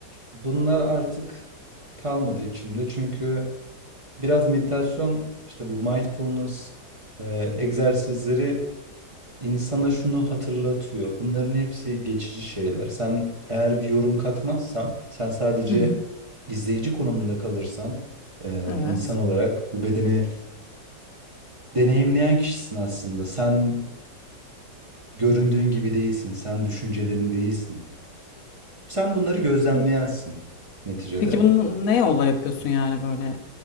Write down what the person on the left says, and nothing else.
hı. hı.
Evet.
E,
Peki bunu ne yolla yapıyorsun yani böyle